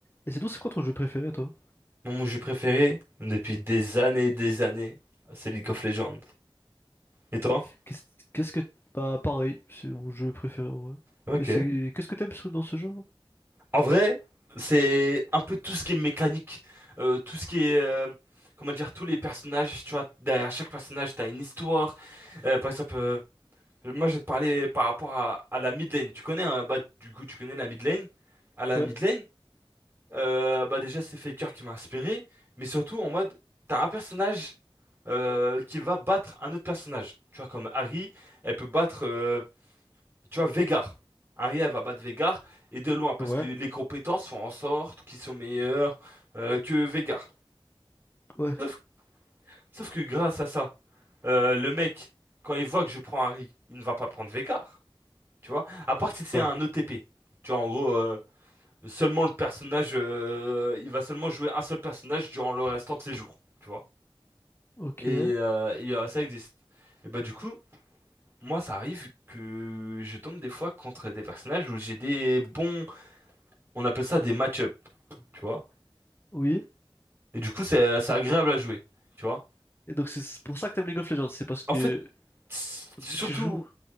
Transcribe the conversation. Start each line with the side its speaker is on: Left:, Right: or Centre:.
Left: Et sinon, c'est quoi ton jeu préféré, toi?
Right: Mon jeu préféré, depuis des années et des années, c'est League of Legends. Et toi?
Left: Qu'est-ce qu'est-ce que... Bah, pareil, c'est mon jeu préféré, en vrai.
Right: Ok.
Left: Et c'est... Qu'est-ce que t'aimes sur- dans ce jeu?
Right: En vrai, c'est un peu tout ce qui est mécanique, euh, tout ce qui est, euh, comment dire, tous les personnages, tu vois, derrière chaque personnage, t'as une histoire. Euh, par exemple, euh, moi, je vais te parler par rapport à, à la mid lane. Tu connais, hein, bah, du coup, tu connais la mid lane? À la
Left: Ouais,
Right: mid lane, Euh, bah déjà c'est Faker qui m'a inspiré, mais surtout en mode t'as un personnage euh, qui va battre un autre personnage. Tu vois comme Harry, elle peut battre, euh, tu vois Veigar. Harry elle va battre Veigar et de loin parce
Left: Ouais,
Right: que les compétences font en sorte qu'ils sont meilleurs euh, que Veigar.
Left: ouais,
Right: Sauf, sauf que grâce à ça, euh, le mec quand il voit que je prends Harry, il ne va pas prendre Veigar. Tu vois, à part si c'est
Left: ouais.
Right: un OTP. Tu vois en gros. euh, Seulement le personnage, euh, il va seulement jouer un seul personnage durant le restant de ses jours, tu vois.
Left: ok,
Right: Et, euh, et, euh, ça existe. Et bah du coup, moi ça arrive que je tombe des fois contre des personnages où j'ai des bons, on appelle ça des match-up, tu vois.
Left: oui.
Right: Et du coup, c'est c'est agréable à jouer, tu vois.
Left: Et donc, c'est pour ça que t'aimes League of Legends, c'est parce que...
Right: En fait, s- surtout,
Left: vu que tu joues...